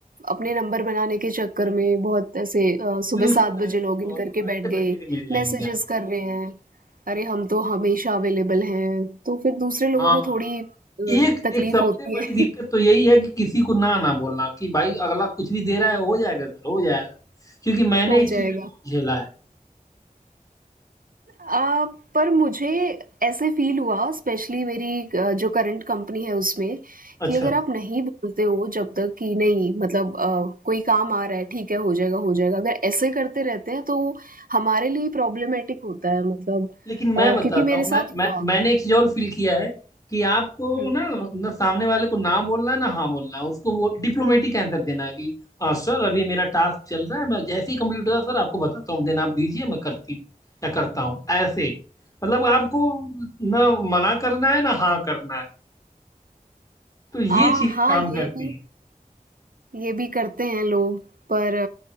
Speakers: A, on the right; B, on the left.
A: अपने नंबर बनाने के चक्कर में बहुत ऐसे अ, सुबह
B: बिल्कुल
A: 7
B: ऐसे
A: बजे लॉगिन
B: तो बहुत
A: करके
B: लोग ऐसे
A: बैठ गए,
B: बतेरे मिल जाएंगे
A: मैसेजेस
B: क्या नाम
A: कर रहे हैं, "अरे हम तो हमेशा अवेलेबल हैं।" तो फिर दूसरे लोगों
B: हाँ
A: को थोड़ी अ,
B: एक
A: तकलीफ
B: एक सबसे
A: होती
B: बड़ी
A: है, <laughs>
B: दिक्कत तो यही है कि किसी को ना ना बोलना कि भाई अगला कुछ भी दे रहा है हो जाएगा सर हो जाएगा क्योंकि मैंने
A: हो
B: इस
A: जाएगा।
B: चीज में बहुत झेला है
A: अ, पर मुझे ऐसे फ़ील हुआ स्पेशली मेरी अ, जो करंट कंपनी है उसमें
B: अच्छा
A: कि अगर आप नहीं बोलते हो जब तक कि नहीं मतलब अ, कोई काम आ रहा है ठीक है हो जाएगा हो जाएगा अगर ऐसे करते रहते हैं तो हमारे लिए प्रॉब्लमेटिक होता है मतलब
B: लेकिन मैं
A: अ,
B: बताता
A: क्योंकि मेरे
B: हूँ मैं,
A: साथ
B: मैं
A: हुआ
B: मैंने एक चीज और फील किया है कि आपको
A: हुँ।
B: ना ना सामने वाले को ना बोलना है ना हाँ बोलना है उसको वो डिप्लोमेटिक आंसर देना है कि "आ, सर अभी मेरा टास्क चल रहा है मैं जैसे ही कंप्लीट होगा सर आपको बताता हूँ देन आप दीजिए मैं करती हूँ या करता हूँ ऐसे मतलब आपको ना मना करना है ना हाँ करना है तो ये
A: आ
B: चीजें
A: हाँ
B: काम
A: ये
B: करती
A: भी
B: हैं
A: ये भी करते हैं लोग पर